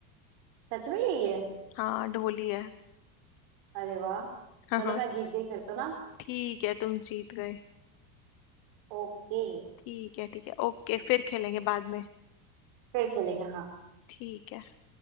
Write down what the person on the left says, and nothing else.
हाँ ढोली है
हाँ
हाँ
ठीक है तुम जीत गए
ठीक है ठीक है ओके फिर खेलेंगे बाद में
ठीक है